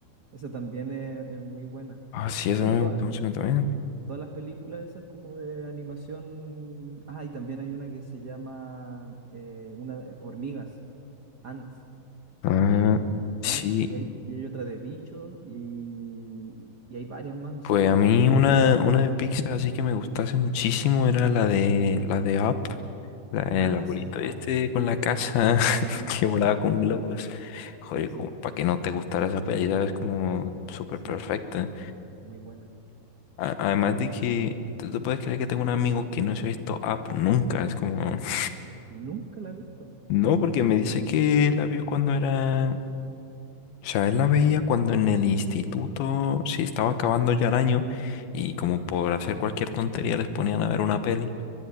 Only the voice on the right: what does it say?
Esa también es, es muy buena.
Bueno,
toda-
todas las películas esas como de animación. Ah, y también hay una que se llama eh, una, eh, Hormigas. Ants.
Ants
y hay, y hay otra de bicho y, y hay varias más, no sé
cuál-
si tú te
acordáis de esa.
Ah,
sí,
ah,
sí,
mm,
sí,
sí, sí,
sí,
esa es muy buena.
Nunca la he visto.